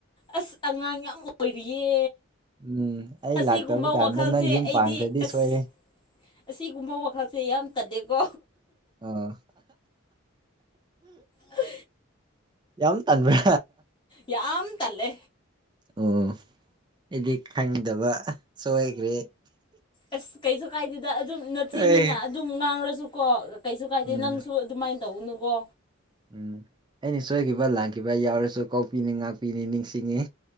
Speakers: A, on the left (about 25°); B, on the right (about 20°).
A: ꯑꯁ ꯑꯉꯥꯡ ꯌꯥꯝ ꯑꯣꯏꯔꯤꯌꯦ
B: ꯎꯝ ꯑꯩ
A: ꯑꯁꯤꯒꯨꯝꯕ
B: ꯂꯥꯛꯇꯕ ꯀꯥꯟꯗ
A: ꯋꯥꯈꯜꯁꯦ
B: ꯅꯪ ꯌꯨꯝ
A: ꯑꯩꯗꯤ
B: ꯄꯥꯟꯈ꯭ꯔꯗꯤ
A: ꯑꯁ
B: ꯁꯣꯏꯔꯦ
A: ꯑꯁꯤꯒꯨꯝꯕ ꯋꯥꯈꯜꯁꯦ ꯌꯥꯝ ꯇꯟꯗꯦꯀꯣ
B: ꯑꯣ
A: ꯍ
B: ꯌꯥꯝ ꯇꯟꯥꯟꯕ꯭ꯔꯥ
A: ꯌꯥꯝ ꯇꯂꯦ
B: ꯑꯣ ꯑꯩꯗꯤ ꯈꯪꯗꯕ ꯁꯣꯏꯈ꯭ꯔꯦ
A: ꯑꯁ ꯀꯩꯁꯨ ꯀꯥꯏꯗꯦꯗ ꯑꯗꯨꯝ ꯅꯠꯇ꯭ꯔꯤꯅꯤꯅ
B: ꯑꯩ
A: ꯑꯗꯨꯝ ꯉꯥꯡꯂꯁꯨꯀꯣ ꯀꯩꯁꯨ ꯀꯥꯏꯗꯦ
B: ꯎꯝ
A: ꯅꯪꯁꯨ ꯑꯗꯨꯃꯥꯏꯅ ꯇꯧꯅꯨꯀꯣ
B: ꯎꯝ ꯑꯩꯅ ꯁꯣꯏꯈꯤꯕ ꯂꯥꯟꯈꯤꯕ ꯌꯥꯎꯔꯁꯨ ꯀꯣꯛꯄꯤꯅꯤ ꯉꯥꯛꯄꯤꯅꯤ ꯅꯤꯡꯁꯤꯡꯉꯤ